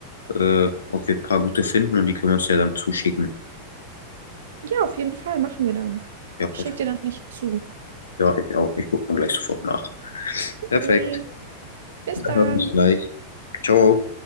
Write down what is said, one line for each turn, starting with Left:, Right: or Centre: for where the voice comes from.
Left: äh, ob wir ein paar gute finden und die können wir uns ja dann zuschicken.
Right: Ja, auf jeden Fall machen wir dann.
Left: Ja, perfekt.
Right: Ich schicke dir dann nicht zu.
Left: Ja, ich auch. Ich gucke dann gleich sofort nach.
Right: Okay,
Left: Perfekt.
Right: bis
Left: Dann
Right: dann.
Left: bis gleich. Ciao.